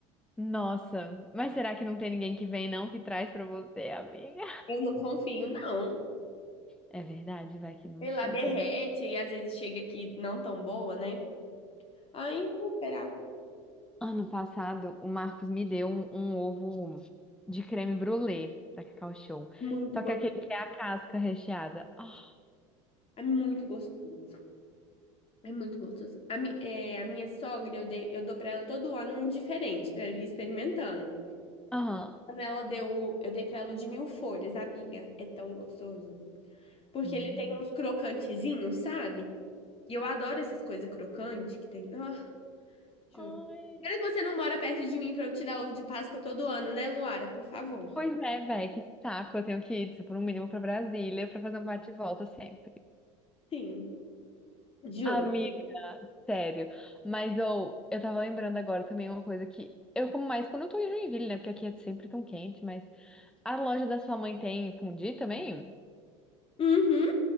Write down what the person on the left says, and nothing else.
Eu não confio, não.
Sei
lá, derrete
e às vezes chega aqui não tão boa, né? Aí eu vou esperar.
É Muito
go...
É muito gostoso. É muito gostoso. A, mi... é, a minha sogra, eu, dei... eu dou pra ela todo ano um diferente, pra ela ir experimentando.
Quando ela deu, o- eu dei pra ela o de mil folhas, amiga. É tão gostoso. Porque
ele tem uns crocantezinhos, sabe? E eu adoro essas coisas crocantes que tem. Ah, juro.
Pena que você não mora perto de mim pra eu te dar ovo de Páscoa todo ano, né, Luara? Por favor.
Sim, juro.
Uhum.